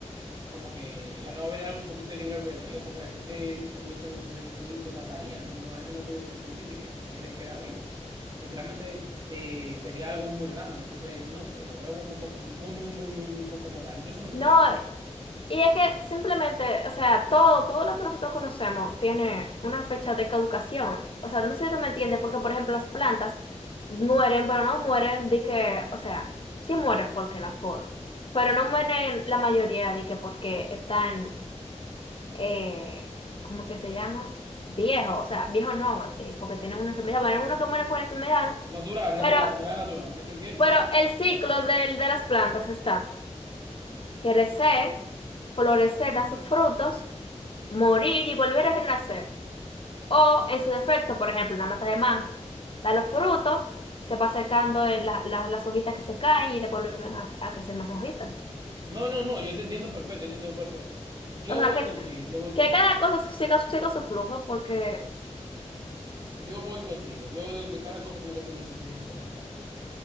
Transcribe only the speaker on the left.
no, y es que simplemente, o sea, todo, todo lo que nosotros conocemos tiene una fecha de caducación. O sea, no sé si tú me entiendes, porque por ejemplo las plantas mueren, pero no mueren de que, o sea, sí mueren porque las podan, pero no mueren la mayoría de que porque están, eh, ¿cómo que se llama? Viejos, o sea, viejos no, eh, porque tienen una enfermedad, bueno, hay unos que mueren por enfermedad,
pero,
pero
el ciclo del- de las plantas está. crecer, florecer, dar sus frutos, morir y volver a renacer. O, en su defecto, por ejemplo, una mata de mango, da los frutos, se va secando eh, la- la- las hojitas que se caen y después vuelven a, a crecer más hojitas.
O sea,
que,
que cada cosa su- siga, siga su flujo, porque